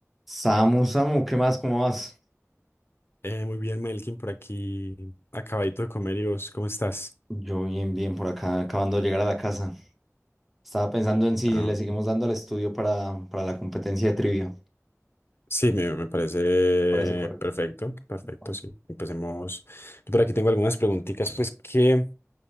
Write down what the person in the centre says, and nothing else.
Samu, Samu, ¿qué más? ¿Cómo vas?
Yo bien, bien, por acá, acabando de llegar a la casa. Estaba pensando en si
le
seguimos dando al estudio para, para la competencia de trivia.
Parece correcto.
Ah.